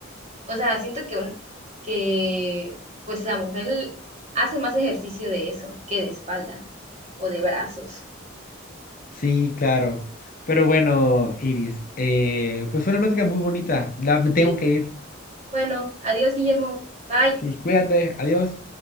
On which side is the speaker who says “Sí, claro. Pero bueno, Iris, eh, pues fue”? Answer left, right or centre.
Left